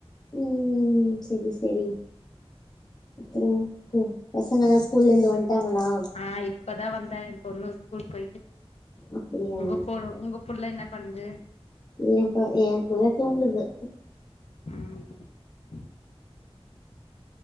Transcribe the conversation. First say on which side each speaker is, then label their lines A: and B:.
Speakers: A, on the left (about 40°); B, on the left (about 85°).
A: ம் செரி செரி ம் <unintelligible> பசங்கலா ஸ்கூல்ல இருந்து வந்ட்டாங்களா
B: ஆ இப்பதா வந்தா எ பொண்ணு ஸ்கூல் போயிட்டு
A: அப்டியா
B: உங்க போ உங்க புல்ல என்ன பண்ணுது
A: ஏப்ப எ புள்ள தூங்குது
B: ம்